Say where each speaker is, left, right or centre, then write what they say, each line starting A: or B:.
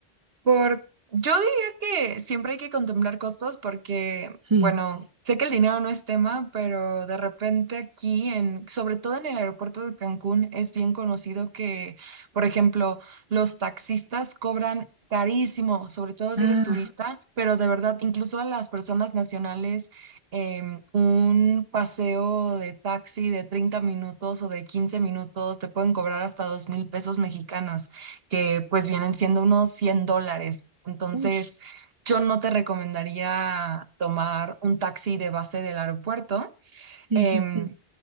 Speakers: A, on the right (about 70°); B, on the right (about 30°).
A: Por, yo diría que siempre hay que contemplar costos porque,
B: sí,
A: bueno, sé que el dinero no es tema, pero de repente aquí, en, sobre todo en el aeropuerto de Cancún, es bien conocido que, por ejemplo, los taxistas cobran carísimo, sobre todo si
B: ah,
A: eres turista, pero de verdad, incluso a las personas nacionales, em, un paseo de taxi de 30 minutos o de 15 minutos te pueden cobrar hasta dos mil pesos mexicanos que pues vienen siendo unos 100 dólares. Entonces,
B: uy,
A: yo no te recomendaría tomar un taxi de base del aeropuerto.
B: sí,
A: Em,
B: sí, sí,